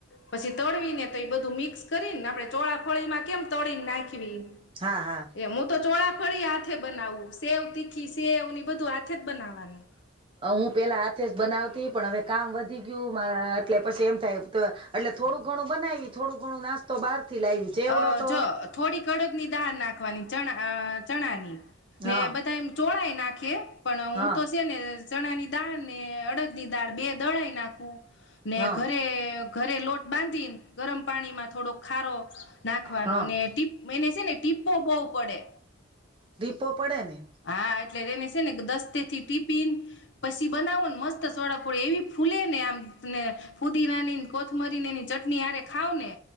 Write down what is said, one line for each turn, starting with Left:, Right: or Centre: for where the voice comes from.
Left: પછી તળવીને તો એ બધું મિક્સ કરીને આપ ચોળાફોળીમાં કેમ તળી નાખવી.
Right: હા હા
Left: એ હું તો ચોળ્યા ફળી હાથે બનાવવું સેવ તીખી સેવ ની બધું હાથે. બનાવાનું.
Right: હું પેલા હાથે જ બનાવતી પણ હવે કામ વધી ગયું મારા એટલે પછી એમ થાય એટલે થોડું ઘણું બનાવી થોડું ઘણું નાસ્તો બહાર થી લાવી જેવડો
Left: અ
Right: તો
Left: જો થોડી કડદ ની દાર નાખવાની. ચણા ચણાની. ને
Right: હા
Left: બધા એમ ચોરાઈ. નાખે. પણ
Right: હા
Left: હું તો છે ને ચણા ની દાળ ને અડદ ની દાળ બે દળાઈ નાખું. ને
Right: હા
Left: ઘરે ઘરે લોટ બાંધીને ગરમ પાણીમાં થોડોક ખારો નાખવાને
Right: હા
Left: ટીપ એને છે ને ટીપો બહુ પડે.
Right: દીપો પડે ને.
Left: હા એટલે એને છે ને દસ્તે થી ટિપિન પછી બનાવો ને મસ્ત સોડાફોડી એવી ફૂલે ને આમ ને ફુદીનાની કોથમરીને એની ચટણી આરે ખાવ ને